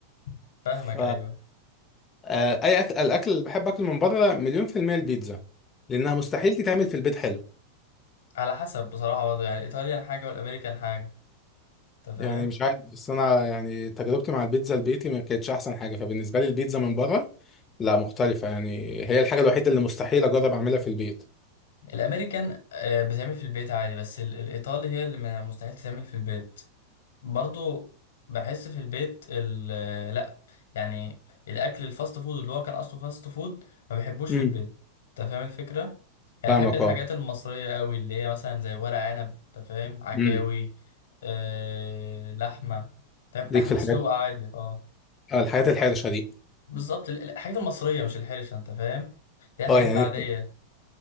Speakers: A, on the left; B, on the left.
A: <laughs> فاهمك
B: ف
A: ايوه
B: آه، اي اكل الاكل اللي بحب اكله من بره مليون في الميه البيتزا لانها مستحيل تتعمل في البيت حلو
A: على حسب بصراحه برضه يعني الايطاليان حاجه والامريكان حاجه انت
B: يعني
A: فاهم
B: مش عارف بس انا يعني تجربتي مع البيتزا البيتي ما كانتش احسن حاجه فبالنسبه لي البيتزا من بره لا مختلفه يعني هي الحاجه الوحيده اللي مستحيل اجرب اعملها في البيت
A: الامريكان آه، بتعمل في البيت عادي بس ال- الايطالي هي اللي من- مستحيل تتعمل في البيت برضو بحس في البيت ال آه، لا يعني الاكل الفاست فود اللي هو كان اصله فاست فود ما بحبوش
B: امم
A: في البيت انت فاهم الفكره يعني
B: فاهمك
A: احب الحاجات
B: اه
A: المصريه قوي اللي هي مثلا زي ورق عنب انت فاهم عكاوي
B: امم
A: آه لحمه تمام
B: ليك
A: لحمه
B: في
A: مسلوقه
B: الحاجات
A: عادي اه
B: آه، الحاجات الحرشه دي
A: بالظبط ال- الحاجات المصريه مش الحرشه انت فاهم اللي هي الحاجات
B: اه يعني
A: العاديه
B: أنت-